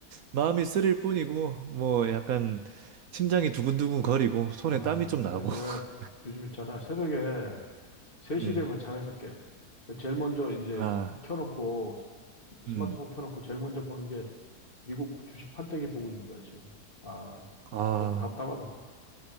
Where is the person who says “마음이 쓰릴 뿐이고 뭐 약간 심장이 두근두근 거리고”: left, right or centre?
Right